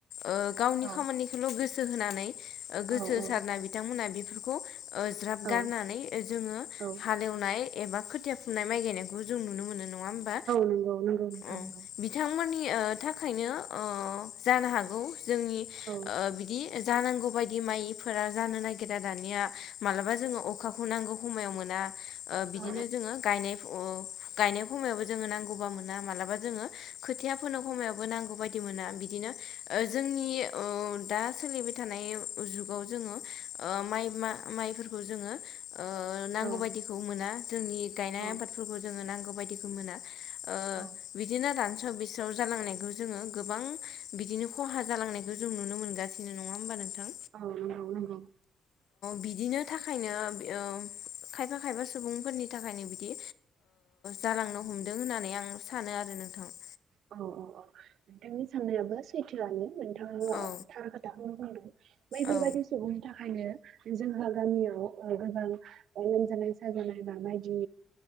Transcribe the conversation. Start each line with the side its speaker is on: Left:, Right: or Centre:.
Left: ओ गावनि
Right: औ
Left: खामानिखोल' गोसो होनानै ओ गोसो
Right: औ
Left: होसारना
Right: औ
Left: बिथांमोना बिफोरखौ ओ ज्राब गारनानै
Right: औ
Left: जोङो
Right: औ
Left: हालेवनाय एबा खोथिया फुननाय माइ गायनाय खोबो जों नुनो मोनो नङा होमबा
Right: नंगौ नंगौ नोंथां
Left: ओ
Right: नंगौ
Left: बिथां मोननि थाखायनो ओ जानो हागौ जोंनि ओ
Right: औ
Left: बिदि जानांगौ बायदि माइफोरा जानो नागिरा दानिया मालाबा जोङो अखाखौ नांगौ खमायाव मोना ओ बिदिनो
Right: औ
Left: जोङो गायनाय ओ गायनाय खमावबो जोङो नांगौबा मोना मालाबा जोङो खोथिया फोनो खमायावबो नांगौ बायदि मोना बिदिनो ओ जोंनि ओ दा सोलिबाय थानाय जुगाव जोङो माइ माइफोरखौ जोङो ओ नांगौबादि
Right: औ
Left: मोना जोंनि गायनाय
Right: औ
Left: आबाद खौबो नांगौ ओ
Right: औ
Left: बिदिनो बेसाव जालांनायखौ जोङो गोबां बिदिनो खहा जालांनायखौ जों नुनो मोनगासिनो नङा होमबा नोंथां
Right: औ नंगौ नंगौ
Left: बिदिनो थाखायनो
Right: <unintelligible>
Left: ओ खायफा खायफा सुबुंफोरनि थाखायनो बिदि जालांनो हमदों होननानै आं सानो आरो नोंथां
Right: औ औ औ नोंथांनि साननायाबो सैथोआनो नोंथाङा
Left: औ
Right: थारा खोथाखौनो बुंदों बैफोरबायाददि
Left: औ
Right: सुबुंनि थाखायनो जोंहा गामियाव गोबां लोमजानाय साजानाय बााबायदि